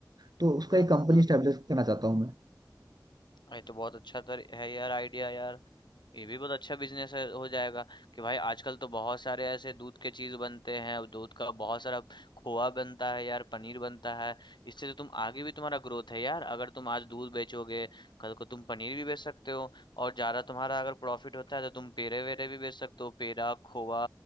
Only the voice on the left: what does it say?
हम्म
हम्म हम्म
हम्म।
ये तो बहुत अच्छा तर है यार आइडिया यार ये भी बहुत अच्छा बिजनेस है हो जाएगा कि भाई आजकल तो बहुत सारे ऐसे दूध के चीज बनते हैं और दूध का बहुत सारा खोआ बनता है यार पनीर बनता है इससे तो तुम आगे भी तुम्हारा ग्रोथ है यार अगर तुम आज दूध बेचोगे कल को तुम पनीर भी बेच सकते हो और ज्यादा तुम्हारा अगर प्रॉफिट होता है तो तुम पेड़े वेरे भी बेच सकते हो पेड़ा खोआ